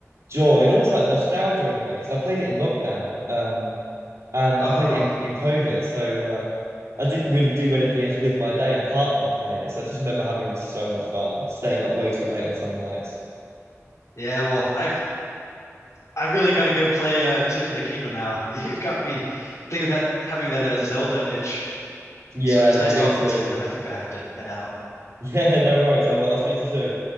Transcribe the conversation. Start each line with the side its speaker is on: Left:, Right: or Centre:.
Right: joy and almost like nostalgia in a way, because I played it in lockdown. Um and
Left: Oh,
Right: I played it in, in COVID. So uh, I didn't really do anything else with my day apart from play it. So I just remember having so much fun and staying up way too late on some nights.
Left: yeah. Well, I've I've really got to go play uh Tears of the Kingdom now. <laughs> You've got me thinking that having that uh, Zelda itch.
Right: Yeah,
Left: So it was
Right: mate,
Left: nice
Right: me
Left: talking
Right: too.
Left: to you,
Right: <laughs>
Left: but I think I have to head out.
Right: Yeah, no worries. I'll, I'll speak to you soon.